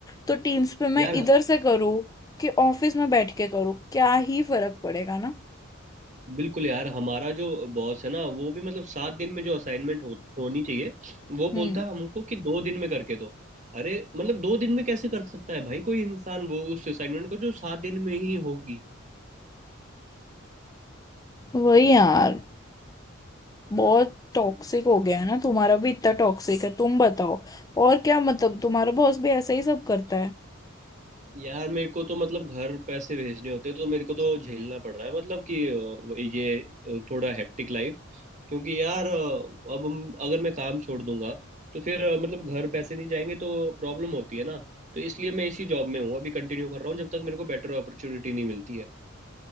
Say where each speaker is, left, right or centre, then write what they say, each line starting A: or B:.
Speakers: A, on the left; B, on the right.
A: तो टीम्स पे
B: यार
A: मैं इधर से करूँ कि ऑफिस में बैठ के करूँ क्या ही फर्क पड़ेगा ना
B: बिल्कुल यार हमारा जो बॉस है ना वो भी मतलब सात दिन में जो असाइनमेंट हो, होनी चाहिए वो बोलता
A: हम्म
B: है हमको कि दो दिन में करके दो अरे मतलब दो दिन में कैसे कर सकता है भाई कोई इंसान वो उस असाइनमेंट को जो सात दिन में ही होगी
A: वही यार बहुत टॉक्सिक हो गया है ना तुम्हारा भी इतना टॉक्सिक है तुम बताओ और क्या मतलब तुम्हारा बॉस भी ऐसा ही सब करता है
B: यार मेरे को तो मतलब घर पैसे भेजने होते हैं तो मेरे को तो झेलना पड़ रहा है मतलब कि अ, वो- ये अ, थोड़ा हेक्टिक लाइफ क्योंकि यार अ, अब हम- अगर मैं काम छोड़ दूंगा तो फिर अ, मतलब घर पैसे नहीं जाएंगे तो प्रॉब्लम होती है ना तो इसलिए मैं इसी जॉब में हूँ अभी कंटिन्यू कर रहा हूँ जब तक मेरे को बेटर अपॉर्चुनिटी नहीं मिलती है